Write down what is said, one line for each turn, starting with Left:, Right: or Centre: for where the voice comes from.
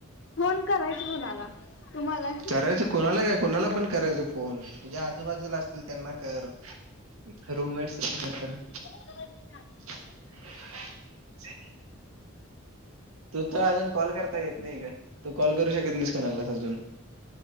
Left: फोन करायचं कुणाला तुमाला?
Right: करायचं कोनाला काय कोनाला पन करायच फोन तुझ्या आजूबाजूला असतील त्यांना कर. रूममेट्स <unintelligible> लाकर
Left: <unintelligible>
Right: <unintelligible> तू तुझं तुला अजून कॉल करता येत नाई का तू कॉल करू शकत नाहीस कोणालाच अजून.